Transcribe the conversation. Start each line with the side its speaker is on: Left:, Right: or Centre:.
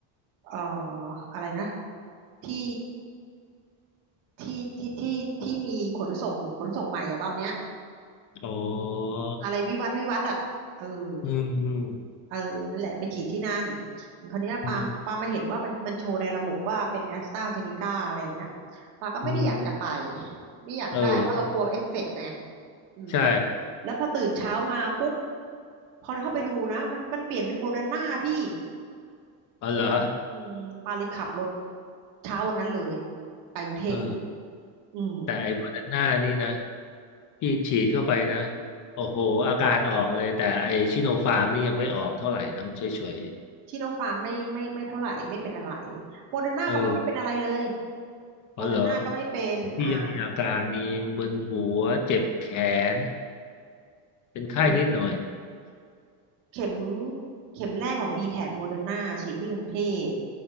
Right: เอ่ออะไรนะที่ที่ที่ที่ที่มีขนส่งขนส่งใหม่อ่ะตอนเนี้ย
Left: โอ้
Right: อะไรวิวัฒน์วิวัฒน์อ่ะเออ
Left: เออเอออืม
Right: เออนั่นแหละไปฉีดที่นั่นคราวเนี้ยปาปามาเห็นว่ามันมันโชว์ในระบบว่าเป็นแอสตราเซเนกาอะไรอย่างเงี้ย
Left: อืม
Right: ปาก็ไม่ได้อยากจะไป
Left: อืม
Right: ไม่อยากได้เพราะเรากลัวเอฟเฟกต์ไง
Left: เออ
Right: อืม
Left: ใช่
Right: แล้วพอตื่นเช้ามาปุ๊บพอเข้าไปดูนะมันมันเปลี่ยนเป็นโมเดอร์นาพี่
Left: อ๋อเหรอ
Right: อืมปาเลยขับรถเช้าวันนั้นเลยไปกรุงเทพเลย
Left: เออ
Right: อืม
Left: แต่ไอ้โมเดอร์นานี่นะที่ฉีดเข้าไปนะโอ้โหอาการออกเลยแต่ไอ้ชิโนฟาร์มนี่ยังไม่ออกเท่าไหร่นะมันเฉย
Right: ชิโนฟาร์มไม่ไม่ไม่เท่าไหร่ไม่เป็นอะไรโมเดอร์นาปาก็ไม่เป็นอะไรเลย
Left: ๆเออ
Right: โมเดอร์นาก็ไม่เป็นอ่า
Left: อ๋อเหรอที่ยังมีอาการมีมึนหัวเจ็บแขนเป็นไข้นิดหน่อย
Right: อืม เข็มเข็มแรกของดีแท็กโมเดอร์นาฉีดที่กรุงเทพ